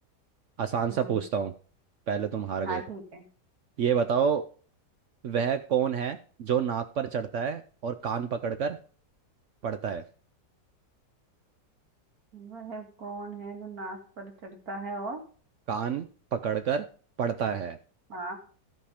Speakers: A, on the right (about 75°); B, on the right (about 55°).
A: आसान सा
B: हम्म
A: पूछता हूँ पहले तुम हार
B: हाँ
A: गए थे
B: ठीक है
A: ये बताओ वह कौन है जो नाक पर चढ़ता है और कान पकड़कर पढ़ता है
B: वह है कौन है जो नाक पर चढ़ता है और
A: कान पकड़कर पढ़ता है
B: हाँ